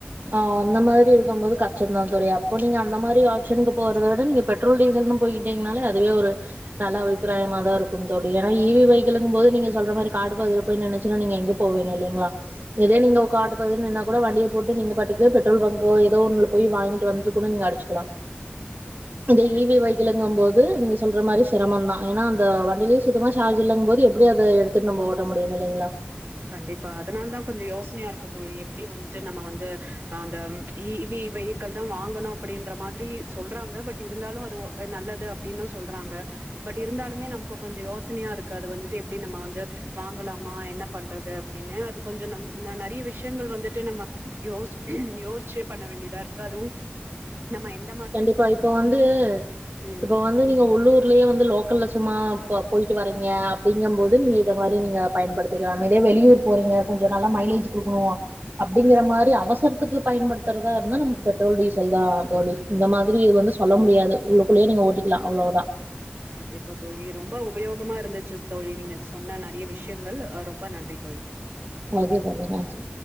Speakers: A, on the right; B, on the right.
A: ஆ அந்த மாரி இருக்கும் போது கஷ்டம் தா தோழி அப்போ நீங்க அந்த மாரி ஆஃப்சனுக்கு போறத விட நீங்க பெட்ரோல் டீசல்ன்னு போய்கிட்டிங்கனாலே அதுவே ஒரு நல்ல அபிப்பிராயமா தா இருக்கும் தோழி ஏனா ஹெவி வைக்களுங்க போது நீங்க சொல்ற மாதிரி காடு பகுதியில போய் நின்னு ச்சுனா நீங்க எங்க போவீங்க இல்லைங்களா இதே நீங்க காட்டு பகுதில நின்னா கூட வண்டிய போட்டு நீங்க பாட்டுக்கு பெட்ரோல் பங்கோ ஏதோ ஒன்னுல போய் வாங்கிட்டு வந்துட்டு கூட நீங்க அடச்சுக்கலா அந்த
B: தோழி
A: இ வே வை க்களுங்கம் போது நீங்க சொல்ற மாரி சிரமம் தா ஏனா அந்த வண்டியில சுத்தமா சார்ஜ் இல்லங்கம் போது எப்படி அத எடுத்து து நம்ப ஓட்ட முடியும் இல்லைங்களா
B: கண்டிப்பா அதுனால தான் கொஞ்சம் யோசனையா இருக்கு தோழி எப்படி வந்துட்டு நம்ம வந்து அந்த இ வி வை மக்கள் தான் வாங்கணும் அப்படின்ற மாதிரி சொல்றாங்க பட் இருந்தாலு அது நல்லது அப்படின்னு சொல்றாங்க பட் இருந்தாலுமே நமக்கு கொஞ்சோ யோசனையா இருக்கு அது வந்துட்டு எப்டி நம்ம வந்து வாங்கலாமா என்ன பண்றது அப்டின்னு அது கொஞ்சோ நம் நிறைய விஷயங்கள் வந்துட்டு நம்ம யோ யோசிச்சு பண்ண வேண்டியதா இருக் கு அதுவு நம்ம என்
A: கண்டிப்பா இப்ப வந்து
B: ம்
A: இப்ப வந்து நீங்க உள்ளூர் க்குள்ளயே வந்து லோக்கல்ல சும்மா போயிட்டு வறீங்க அப்டிங்கம் போது நீங்க இந்த மாரி நீங்க பயன்படுத்திக்கலா இதே வெளியூர் போறீங்க கொஞ்சோ நல்லா மைலேஜ் குடுக்கணு அப்டிங்கிற மாரி அவசரத்துக்கு பயன்படுத்துறதா இருந்தா நமக்கு பெட்ரோல் டீசல் தான் தோழி இந்த மாதிரி இது வந்து சொல்ல முடியாது உள்ளுக்குள்ளயே நீங்க ஓட்டிக்கலா அவ்வளவுதா
B: கண்டிப்பா தோழி ரொம்ப உபயோகமா இருந்துச்சு தோழி நீங்க சொன்ன நெறைய விஷயங்கள் ரொம்ப நன்றி தோழி
A: ஓகே தோழி நன்றி